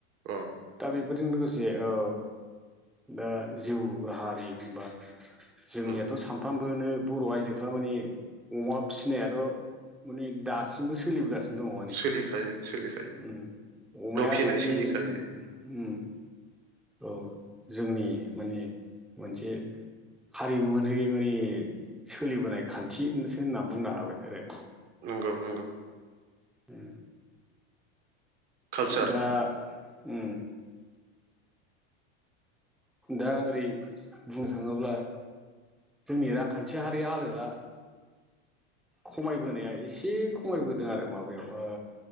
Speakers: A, on the right; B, in the centre.
A: अ
B: दा बेफोरजों लोगोसे औ दा जिउ राहारि बा जोंनियाथ'
A: उम
B: सामफ्राम बोनो बर' आइजोफ्रा माने अमा फिसिनायाथ' माने दासिमबो सोलिबोगासिनो दङ माने
A: सोलिखायो सोलिखायो
B: उम अमाया
A: दाउ फिनाय
B: मानसि
A: सोलिखायो
B: उम औ जोंनि माने मोनसे हारिमुवारि माने सोलिबोनाय खान्थिसो होननानै बुंनो हाबाय आरो
A: नंगौ नंगौ
B: <inaudible>
A: कालचार
B: दा उम दा ओरै बुंनो थाङोब्ला जोंनि रांखान्थि हारि हालोदा खमायबोनाया एसे खमायबोदों आरो माबायाव ओ